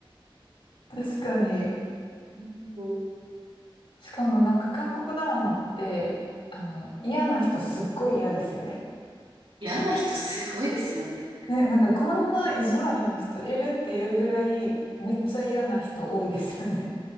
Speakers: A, on the left; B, on the right.
A: 確かに。
B: うん
A: しかもなんか韓国ドラマって、あの、嫌な人すっごい嫌ですよね。
B: 嫌な人すごいですよね。
A: ね、なんかこんな意地悪な人いるっていうぐらい、めっちゃ嫌な人多いですよね。